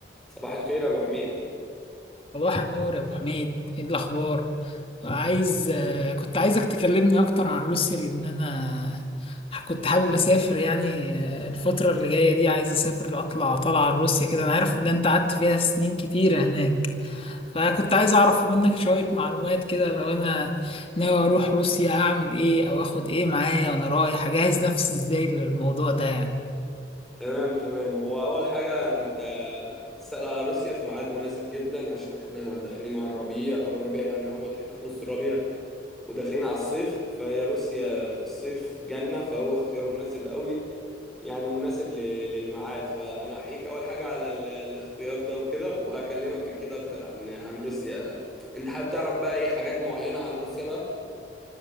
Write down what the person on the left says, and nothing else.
صباح النور يا ابو حميد ايه الاخبار عايز آه، كنت عايزك تكلمني اكتر عن روسيا لان انا كنت حابب اسافر يعني آه، الفتره اللي جايه دي عايز اسافر اطلع طالعه على روسيا كده انا عارف ان انت قعدت فيها سنين كتيره هناك فكنت عايز اعرف منك شويه معلومات كده لو انا ناوي اروح روسيا اعمل ايه او اخد ايه معايا وانا رايح اجهز نفسي ازاي للموضوع ده يعني